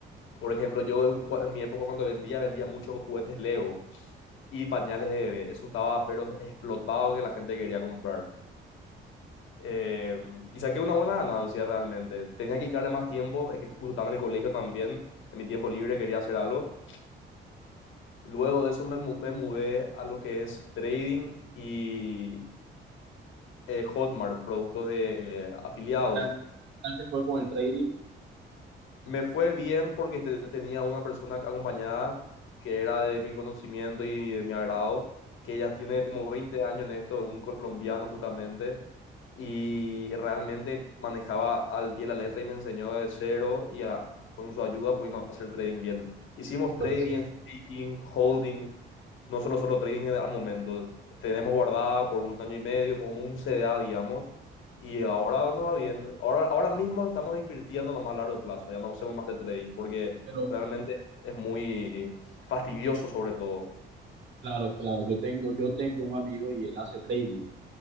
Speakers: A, on the left (about 80°); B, on the right (about 65°).
A: por ejemplo, yo en mi época cuando vendía, vendía muchos juguetes Lego y pañales de bebé. Eso estaba, pero explotado que la gente quería comprar. Eh, y saqué una buena ganancia realmente. Tenía que dedicarle más tiempo, es que justo estaba en el colegio también, en mi tiempo libre quería hacer algo. Luego de eso me, mu- me mudé a lo que es trading y eh, Hotmart, productos de eh, afiliados.
B: ¿Qué tal, qué tal te fue con el trading?
A: Me fue bien porque este- tenía una persona acompañada que era de mi conocimiento y de mi agrado, que ella tiene como 20 años en esto, un colombiano justamente, y realmente manejaba al pie la letra y me enseñó de cero y a- con su ayuda pudimos hacer trading bien. Hicimos
B: Pero,
A: trading,
B: es que-
A: staking, holding, no solo solo trading al momento. Tenemos guardada por un año y medio como un CDA, digamos, y ahora no va bien. Ahora, ahora mismo estamos invirtiendo nomás a largo plazo. Ya no hacemos más de trading porque
B: pero
A: realmente es muy fastidioso sobre todo.
B: claro, claro, yo tengo, yo tengo un amigo y él hace trading.